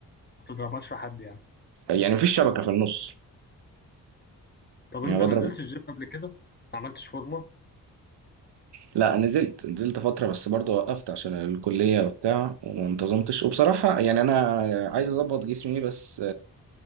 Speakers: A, on the left; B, on the right.
A: ما تضربهاش في حد يعني
B: يعني
A: مم.
B: مفيش شبكه في النص
A: طب
B: يعني
A: انت
B: بضرب
A: ما نزلتش الجيم قبل كده ما عملتش فورمه
B: لا نزلت نزلت فتره بس برضه وقفت عشان الكليه وبتاع وما انتظمتش وبصراحه يعني انا عايز اظبط جسمي بس